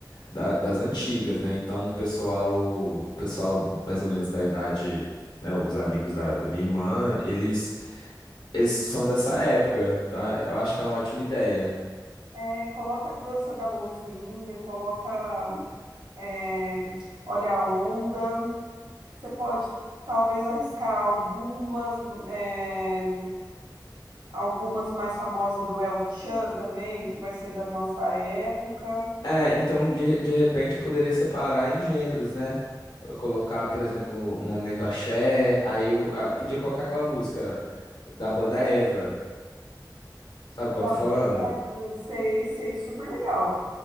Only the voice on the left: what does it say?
da- das antigas, né? Então, o pessoal, o pessoal mais ou menos da idade, né? Os amigos da, da minha irmã, eles, eles são dessa época, tá? Eu acho que é uma ótima ideia.
É, então de, de repente eu poderia separar em gêneros, né? Eu colocar, por exemplo, um momento axé, aí eu ah, podia colocar aquela música da banda Eva, sabe
qual eu tô
falando?